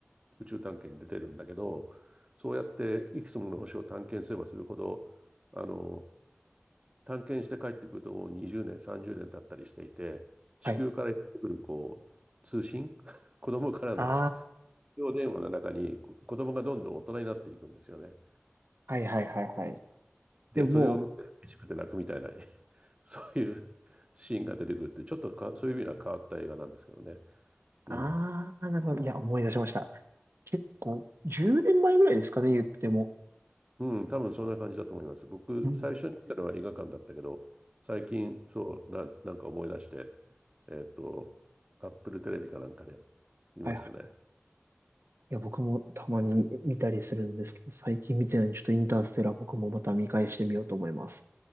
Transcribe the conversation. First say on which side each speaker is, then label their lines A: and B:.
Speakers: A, on the right; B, on the right.
A: 宇宙探検に出てるんだけど、そうやっていくつもの星を探検すればするほど、あの探検して帰ってくるともう20年、30年経ったりしていて、地球からやってくるこう通信、
B: はい。
A: <laughs> 子供からの
B: あ
A: 非常電話の中にこ子供がどんどん大人になっていくんですよね。
B: あ、はい、はい、はい、はい。
A: で、
B: でももう、
A: それを見て嬉しくて泣くみたいな、<laughs> そういうシーンが出てくるって、ちょっとかそういう意味では変わった映画なんですけどね。
B: ああ、
A: うん。
B: なるほど。いや、思い出しました。結構、10年前ぐらいですかね、言っても。
A: うん、多分そんな感じだと思います。僕、
B: うん。
A: 最初に見たのは映画館だったけど、最近、そう、な、なんか思い出して、えっと、アップルテレビかなんかで見ましたね。
B: はい、はい。いや、僕もたまに見たりするんですけど、最近見てないのに、ちょっとインターステラー僕もまた見返してみようと思います。